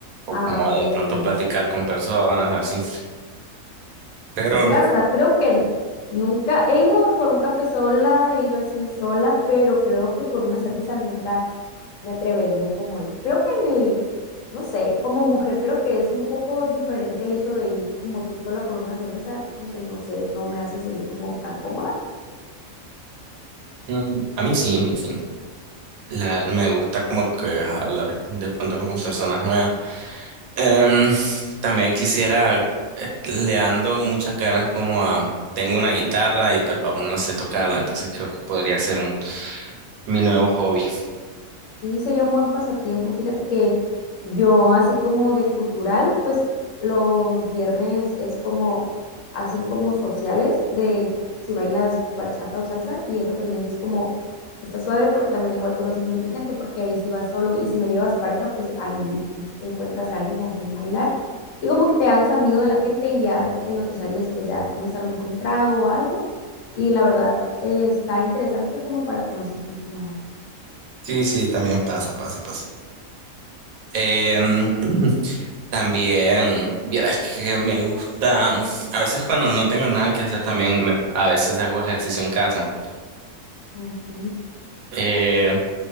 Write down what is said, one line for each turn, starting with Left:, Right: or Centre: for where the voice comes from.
Right: O
Left: Ah,
Right: como
Left: ok,
Right: de pronto
Left: muy bien.
Right: platicar con personas así. Pero
Left: Yo la verdad creo que nunca he ido por un café sola, he ido al cine sola, pero creo que por una cerveza nunca me atrevería como a ir. Creo que en el, no sé, como mujer creo que es un poco diferente el hecho de ir como tú sola por una cerveza, como que no sé, no me hace sentir como tan cómoda.
Right: mm, a mí sí, a mí sí. La, me gusta como que hablar de pronto con personas nuevas. Em, también quisiera, eh, le ando muchas ganas como a, tengo una guitarra y pero aún no sé tocarla, entonces creo que podría ser un, mi nuevo hobby.
Left: Sí, sería un buen pasatiempo. Fíjate que yo, así como de cultural, pues los viernes es como, hacen como sociales de co- si bailas bachata o salsa y eso también es como, está suave porque también igual conoces mucha gente porque ahí si vas solo y si no llevas pareja, pues ahí encuentras a alguien con quien bailar y como que te haces amigo de la gente y ya en los sociales pues ya tomas a lo mejor un trago o algo y la verdad eh, está interesante como para conocer gente nueva.
Right: Sí, sí, también pasa, pasa, pasa. Em, <clears throat> también, vieras que me gusta, a veces cuando no tengo nada que hacer también, me, a veces hago ejercicio en casa,
Left: Ok.
Right: Eh,